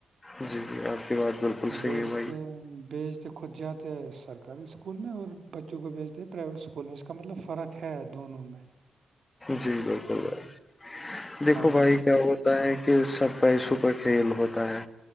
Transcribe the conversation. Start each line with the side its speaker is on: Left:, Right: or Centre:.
Left: جی آپ کی بات بالکل صحیح
Right: بیچتے
Left: ہے بھائی
Right: بیچ خود جاتے سرکاری اسکول میں اور بچوں کو بھیجتے پرائیویٹ اسکول میں اس کا مطلب فرق ہے ھےدونوں میں
Left: جی بالکل بھائی
Right: ہاں
Left: دیکھو بھائی
Right: اس-
Left: کیا ہو ہوتا ہے کہ سب کا ایسو کا کھیل ہوتا ہے